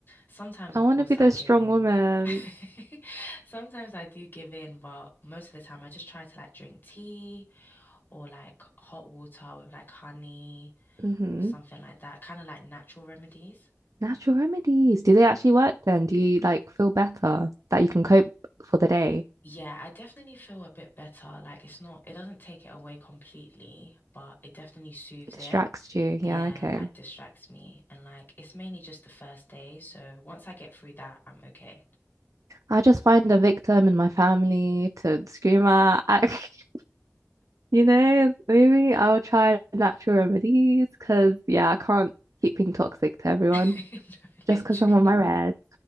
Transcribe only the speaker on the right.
I
want
to be this
strong
woman.
Mm-hmm.
Natural remedies. Do they actually work then? Do you like feel better that you can cope for the day?
It distracts
you.
Yeah, okay.
I just find a victim in my family to scream at. I, <laughs> you know, maybe I'll try natural remedies because, yeah, I can't keep being toxic to everyone
just
because I'm on my red,